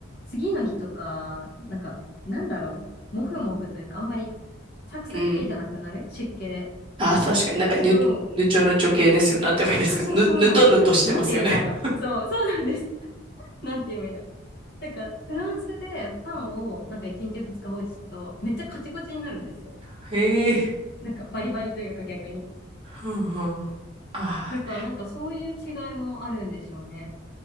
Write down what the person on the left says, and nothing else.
次の日とか、なんか、なんだろう。もふもふというか、あんまりサクサク系じゃなくなる湿気で。
けど、
そうそうそうなんです。
なんて言うんだろう。そう、そうなんです。<laughs> なんて言えばいいの。なんか、フランスでパンをなんか1日2日放置すると、めっちゃカチコチになるんですよ。
なんか、バリバリというか逆に。
だから、なんかそういう違いもあるんでしょうね。